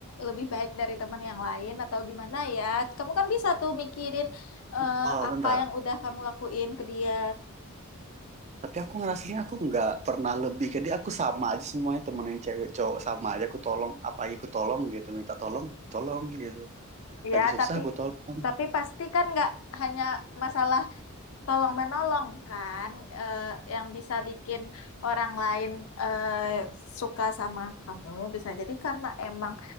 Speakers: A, on the left; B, on the right.
A: lebih baik dari teman yang lain atau gimana ya. Kamu kan bisa tuh mikirin eh,
B: oh
A: apa
B: bentar
A: yang udah kamu lakuin ke dia
B: tapi aku ngerasanya aku nggak pernah lebih ke dia aku sama aja semuanya temen yang cewek cowok sama aja aku tolong apa aja aku tolong gitu minta tolong tolong gitu lagi
A: Ya,
B: susah
A: tapi
B: aku tolong
A: tapi pasti kan nggak hanya masalah tolong menolong kan eh, yang bisa bikin orang lain eh, suka sama kamu bisa jadi karena emang